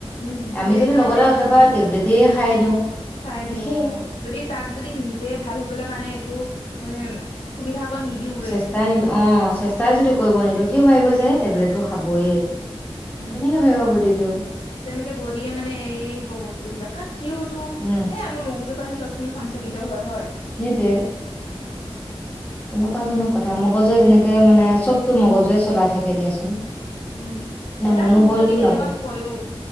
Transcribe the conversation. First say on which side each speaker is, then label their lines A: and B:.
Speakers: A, on the left (about 75°); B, on the left (about 15°).
A: উম
B: আমি
A: সেইকাৰণে
B: যদি লগতে একেবাৰে টেবলেটেই খাই দিওঁ
A: চাই
B: শেষেই
A: দিওঁ অ যদি তাক যদি নিজে ভাল হবলৈ কাৰণে একো। মানে সুবিধা। অকণ নিদিওৱে
B: চেষ্টাই নিদিওঁ অ চেষ্টাই যদি কৰিব নিদো অ সিও ভাবিব যে টেবলেটটো খাবয়ে।
A: উম
B: তেনেকে ভাবিব বডিটোৱেও
A: তেনেকে বদিয়ে মানে এৰিয়ে দিব বস্তু বিলাক কাৰণ সিওতো সে
B: উম
A: আমাৰ মগজপা হে চব সি সঞ্চালিত হয় হয়
B: সেইটো তেনেকুৱা ধৰণৰ কথা মগজুৱে যেনেকে মানে চবতটো মগজুৱে চলাই থাকে দিয়াচোন
A: উম সেইকাৰণে
B: মনোবলটো
A: মোক যদি কেতিয়াবা
B: লাগে
A: কয়ও